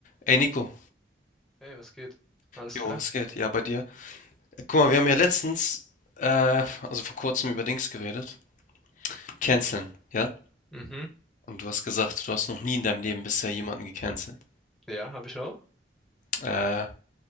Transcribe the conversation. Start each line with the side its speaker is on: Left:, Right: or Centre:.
Left: Ey Nico,
Centre: Hey, was geht? Alles
Left: jo,
Centre: klar?
Left: was geht? Ja, bei dir. Äh, Guck mal, wir haben ja letztens, äh, also vor kurzem über Dings geredet. Canceln, ja?
Centre: Mhm.
Left: Und du hast gesagt, du hast noch nie in deinem Leben bisher jemanden gecancelt.
Centre: Ja, habe ich auch.
Left: Äh,